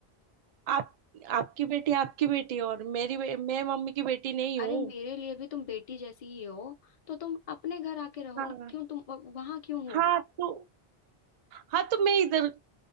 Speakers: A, on the right; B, on the left.
A: आप आपकी बेटी आपकी बेटी है और मेरी बे- मैं मम्मी की बेटी नहीं हूँ
B: अरे मेरे लिए भी तुम बेटी जैसी ही हो तो तुम अपने घर आके रहो
A: हाँ
B: ना क्यों तुम व- वहां क्यों हो
A: हाँ तो हाँ तो मैं इधर